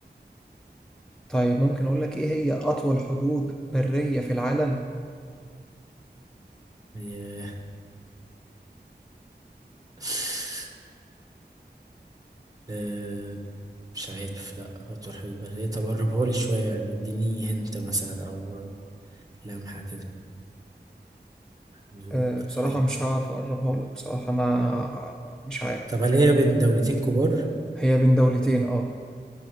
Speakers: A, in the centre; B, on the right.
A: طيب ممكن أقول لك إيه هي أطول حدود برية في العالم
B: آه، <laughs> آه، مش عارف لأ هتروح في البرية طب قربها لي شوية يعني اديني هنت مثلا أو لمحة كده حدود
A: آه بصراحة
B: برية.
A: مش هعرف أقربها لك بصراحة أنا مش عارف
B: طب هل هي بين دولتين كبار
A: هي بين دولتين آه